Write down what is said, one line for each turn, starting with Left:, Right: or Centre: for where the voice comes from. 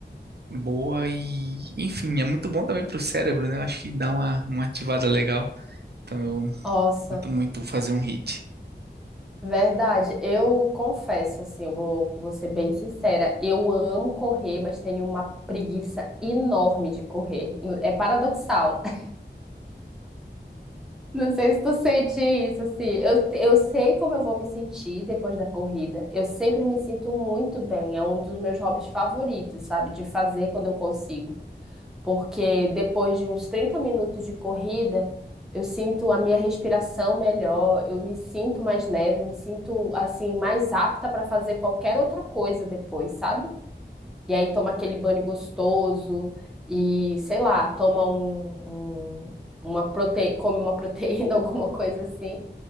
Right: boa e, enfim, é muito bom também pro cérebro, né? Eu acho que dá uma, uma ativada legal. Então eu
Centre: nossa,
Right: curto muito fazer um hit.
Centre: verdade. Eu confesso, assim, eu vou, vou ser bem sincera. Eu amo correr, mas tenho uma preguiça enorme de correr. N- É paradoxal. <laughs> Não sei se tu sente isso, assim. Eu, eu sei como eu vou me sentir depois da corrida. Eu sempre me sinto muito bem. É um dos meus hobbies favoritos, sabe? De fazer quando eu consigo. porque depois de uns 30 minutos de corrida, eu sinto a minha respiração melhor, eu me sinto mais leve, eu me sinto assim mais apta para fazer qualquer outra coisa depois, sabe? E aí toma aquele banho gostoso e, sei lá, toma um, um- uma prote... come uma <laughs> proteína, alguma coisa assim.